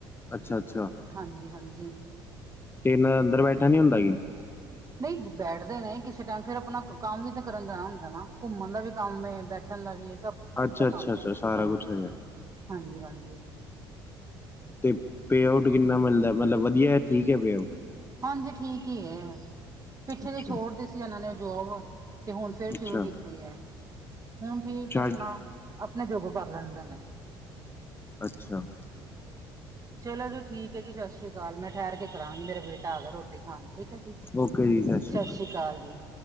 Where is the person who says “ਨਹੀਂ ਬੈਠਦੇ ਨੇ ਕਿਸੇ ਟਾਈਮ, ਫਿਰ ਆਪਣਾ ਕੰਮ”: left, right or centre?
Right